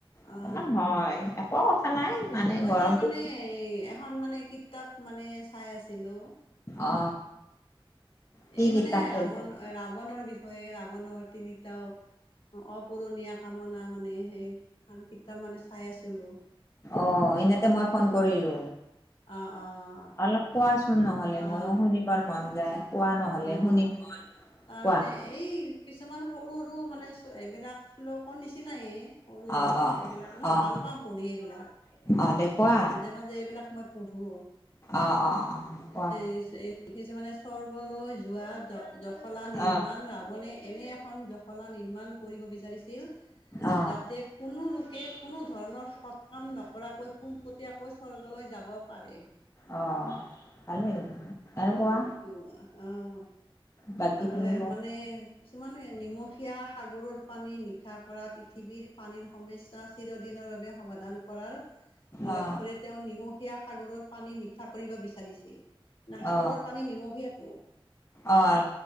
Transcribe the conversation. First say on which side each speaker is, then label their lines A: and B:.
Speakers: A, on the left; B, on the left.
A: অকমান
B: অ
A: হয় একো কথা নাই মানে
B: মই
A: গৰমটো
B: তাৰ মানে, এই এখন মানে কিতাপ মানে চাই আছো। ছিলো,
A: অ কি
B: এই
A: কিতাপ
B: মানে
A: পঢ়িছা
B: ৰামণ-ৰাৱণৰ বিষয়ে হৈ ৰাৱণৰ তিনিটাও অপূৰণীয়া কামনা মানে, সেইখন কিতাপ মানে চাই আছিলোঁ।
A: অ' এনেতে মই ফোন কৰিলো,
B: অ', অ',
A: অলপ। কোৱাচোন নহ'লে
B: অ',
A: ময়ো শুনিবৰ মন যায়, কোৱা নহ'লে,
B: অ',
A: শুনিম মই!
B: তাৰমানে
A: কোৱা।
B: এই কিছুমান সৰু সৰু মানে। এইবিলাক শ্লোকৰ নিচিনায়েই সৰু সৰু।
A: অ অ
B: এইবিলাক, মই
A: অ
B: ভাল পাওঁ পঢ়ি এইবিলাক।
A: অ'। দে কোৱা
B: মাজে মাজে এইবিলাক মই পঢ়ো,
A: অ অ অ
B: মানে
A: কোৱা
B: দেখিছো মানে স্বৰ্গলৈ যোৱাত জ-জখলা নিৰ্মাণ
A: অ
B: ৰাৱণে এনে এখন জখলা নিৰ্মাণ কৰিব বিচাৰিছিল।
A: অ
B: যাতে কোনো লোকে কোনোধৰণৰ সৎ কাম নকৰাকৈ পোনপটীয়াকৈ স্বৰ্গলৈ যাব পাৰে।
A: অ' ভালেই দেখোন, আৰু
B: মানে
A: কোৱা।
B: সেইটো অ',
A: বাকীখিনি
B: আৰু
A: কোৱা
B: মানে কিছুমান নিমখীয়া সাগৰৰ পানী মিঠা কৰা পৃথিৱীৰ পানীৰ সমস্যা চিৰদিনৰ বাবে সমাধান কৰাৰ লক্ষ্যৰে
A: অ
B: তেওঁ নিমখীয়া সাগৰৰ পানী মিঠা কৰিব বিচাৰিছিল। না সাগৰৰ
A: অ
B: পানী নিমখীয়াতো।
A: অ',